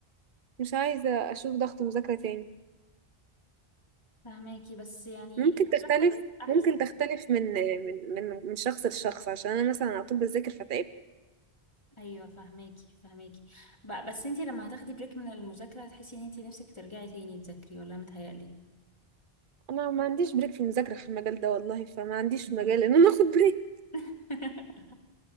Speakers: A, on the right; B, on the left.
A: مش عايزة أشوف ضغط مذاكرة تاني
B: فهماكي بس يعني
A: ممكن
B: المدرسة
A: تختلف
B: كانت احسن
A: ممكن تختلف من من من من شخص لشخص عشان أنا مثلا على طول بذاكر فتعبت
B: ايوه فهماكي فهماكي ب- بس انتي لما هتاخدي بريك من المذاكره هتحسي ان انتي نفسك ترجعي تاني تذاكري ولا متهيألي
A: أنا ما عنديش بريك في المذاكرة في المجال ده والله فما عنديش مجال إن أنا آخد بريك
B: <laughs>